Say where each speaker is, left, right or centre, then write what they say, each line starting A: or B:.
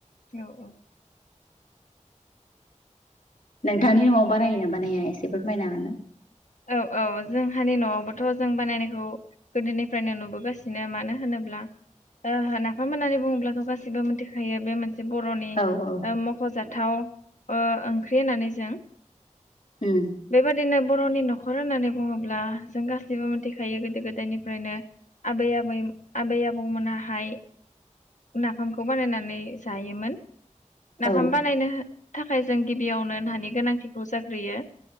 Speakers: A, on the left; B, on the left.
A: औ औ।
B: नोंथांनि न आव बानायोना बानाया एसे फोरमायनो हागोन ना?
A: औ औ जोंहानि न' आवबोथ' जों बानायनायखौ गोदोनिफ्रायनो नुबोगासिनो मानो होनोब्ला नाफाम होननानै बुङोब्लाथ' गासिबो मिथिखायो बे मोनसे बरनि
B: औ औ
A: ओ मखजाथाव ओ ओंख्रि होनानै जों
B: उम
A: बेबादिनो बर' नि न' नखर होननानै बुङोब्ला जों गासैबो मिथिखायो गोदो गोदायनिफ्रायनो आबै आबै आबै आबौमोनाहाय नाफामखौ बानायनानै जायोमोन। नाफाम
B: औ
A: बानायनो थाखाय जों गिबियावनो नानि गोनांथिखौ जाग्रोयो